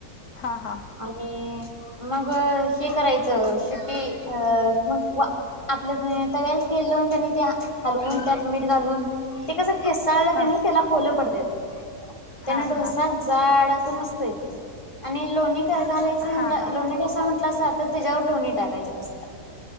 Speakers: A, on the left; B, on the left.
A: हा हा.
B: आणि, मग हे करायचं, शिटी अ मग वा आपलं तव्यावर तेल लावुन कणी त्या हलवून त्यात मीठ घालून ते कस हेस्साल
A: हा
B: कनी त्याला होलं पडत्यात. त्यान
A: हा
B: ढोसा
A: हा
B: जाड असं मस्त येतंय, आणि लोणी क घालाय च
A: हा
B: म्ह
A: हा
B: लोणी ढोसा म्हंटलासा, तर त्येज्यावर लोणी टाकायचं मस्त,